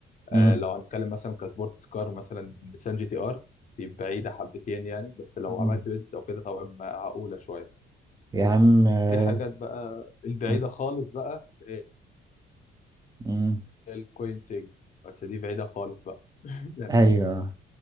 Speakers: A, on the left; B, on the right.
A: آه،
B: امم
A: لو هنتكلم مثلا كسبورتس كار مثلا نيسان جي تي ار بس دي بعيده حبتين يعني بس لو
B: أمم.
A: عملت بيزنس او كده طبعا معقوله شويه
B: يا عم آه،
A: في حاجات بقى البعيده
B: آه،
A: خالص بقى اللي
B: امم
A: هي الكوين سيج بس دي بعيده خالص بقى <laughs> يعني
B: ايوه